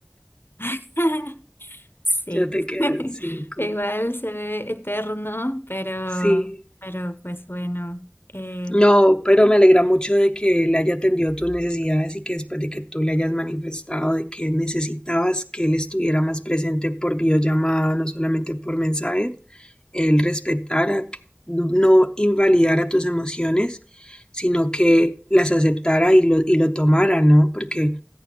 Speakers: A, on the left (about 55°); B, on the left (about 15°).
A: <laughs> Sí.
B: Ya te quedan
A: <laughs>
B: cinco.
A: Igual se ve eterno, pero,
B: Sí.
A: pero pues bueno. eh,
B: No, pero me alegra mucho de que él haya atendido tus necesidades y que después de que tú le hayas manifestado de que necesitabas que él estuviera más presente por videollamada, no solamente por mensajes, él respetara, no invalidara tus emociones, sino que las aceptara y lo, y lo tomara, ¿no? Porque